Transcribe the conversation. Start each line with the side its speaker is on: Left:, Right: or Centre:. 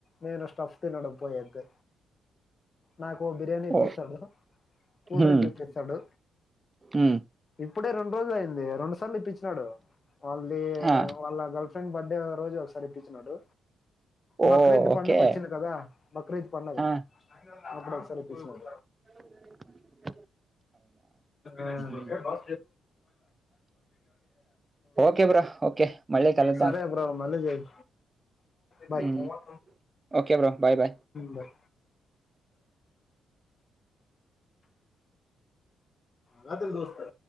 Left: నేను స్టఫ్ తినడ పోయేద్ది నాకు బిర్యానీ ఇప్పిస్తాడు
Right: ఓ
Left: కూల్ డ్రింక్
Right: ఉమ్,
Left: ఇప్పిస్తాడు
Right: ఉమ్.
Left: ఇప్పుడే రెండు రోజులు అయింది రెండు సార్లు ఇప్పించినాడు వాళ్ళది
Right: ఆ,
Left: వాళ్ళ గల్ఫ్ ఫ్రెండ్ బర్త్డే రోజు ఒక సారి ఇపించినాడు
Right: ఓ
Left: బక్రీద్
Right: ఓకే
Left: పండుగోచ్చింది కదా బక్రీద్ పండుగ
Right: ఆ, ఆ,
Left: అప్పుడు ఒకసారి ఇప్పించాడు
Right: అ
Left: ఆ ఆ
Right: ఉమ్. ఓకే బ్రో ఓకే మళ్ళీ కలుద్దాం
Left: సరే బ్రో మళ్ళీ చెయ్ బాయ్
Right: ఉమ్,
Left: ఉ
Right: okay bro bye bye
Left: bye రాతిరి దోస్తే